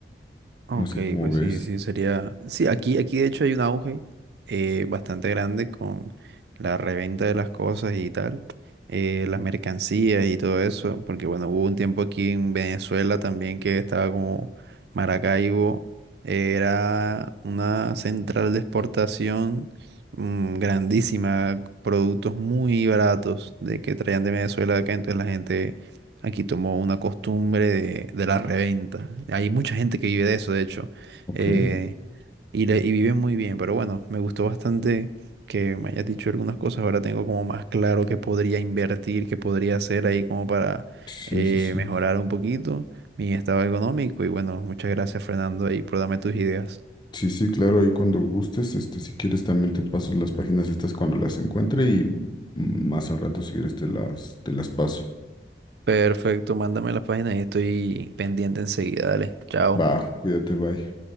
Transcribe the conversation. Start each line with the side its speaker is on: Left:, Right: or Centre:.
Right: Ok,
Left: No sé cómo
Right: pues
Left: ves.
Right: sí, sí, sería... Sí, aquí, aquí de hecho hay un auge eh, bastante grande con la reventa de las cosas y tal, eh, las mercancías y todo eso, porque bueno, hubo un tiempo aquí en Venezuela también que estaba como Maracaibo, eh, era una central de exportación mm, grandísima, productos muy baratos de que traían de Venezuela acá, entonces la gente Aquí tomó una costumbre de, de la reventa. Hay mucha gente que vive de eso, de hecho,
Left: Ok.
Right: eh, y, le- y viven muy bien, pero bueno, me gustó bastante que me hayas dicho algunas cosas. Ahora tengo como más claro qué podría invertir, qué podría hacer ahí como para
Left: Sí,
Right: eh,
Left: sí, sí.
Right: mejorar un poquito mi estado económico. Y bueno, muchas gracias, Fernando, ahí por darme tus ideas.
Left: Sí, sí, claro, ahí cuando gustes, este, si quieres también te paso las páginas estas cuando las encuentre y mm, más al rato si quieres te las, te las paso.
Right: Perfecto, mándame las páginas y estoy pendiente enseguida. Dale, chao.
Left: Va, cuídate, bye.